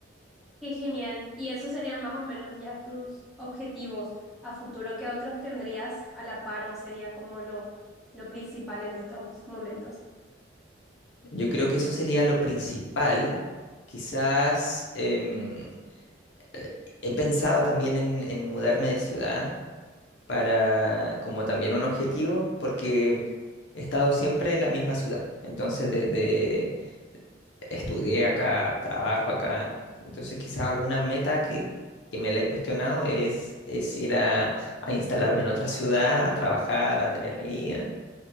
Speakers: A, in the centre; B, on the left.
A: Qué genial. Y esos serían más o menos ya tus objetivos a futuro. ¿Qué otros tendrías a la par o sería como lo, lo principal en estos momentos?
B: Yo creo que eso sería lo principal. Quizás em, eh, he pensado también en en mudarme de ciudad para como también un objetivo, porque he estado siempre en la misma ciudad. Entonces, desde estudié acá, trabajo acá, entonces quizá alguna meta que, que me la he cuestionado es, es ir a, a instalarme en otra ciudad, a trabajar, a tener mi vida.